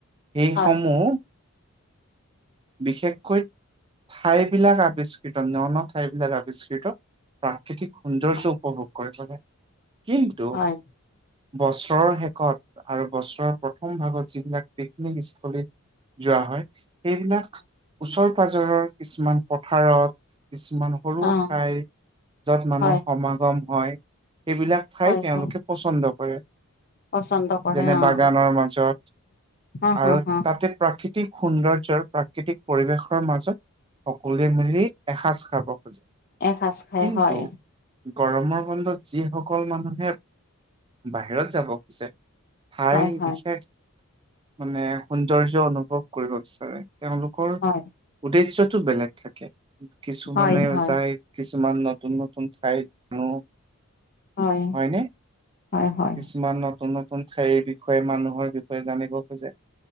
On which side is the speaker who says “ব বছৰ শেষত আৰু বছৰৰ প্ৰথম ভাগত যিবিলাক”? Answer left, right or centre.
Right